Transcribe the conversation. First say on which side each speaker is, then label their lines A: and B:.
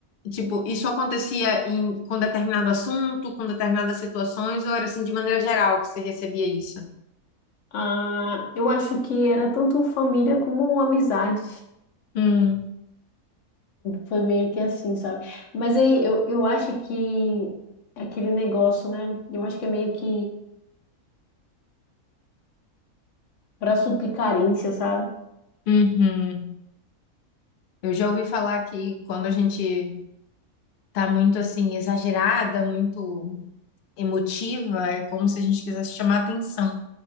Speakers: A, on the left; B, on the left.
A: Tipo, isso acontecia em, com determinado assunto, com determinadas situações, ou era assim de maneira geral que você recebia isso?
B: Ah, eu acho que era tanto família como amizade.
A: Hum,
B: Foi meio que assim, sabe? Mas aí eu, eu acho que é aquele negócio, né? Eu acho que é meio que pra suplir carência, sabe?
A: uhum. Eu já ouvi falar que quando a gente tá muito assim, exagerada, muito emotiva, é como se a gente quisesse chamar atenção.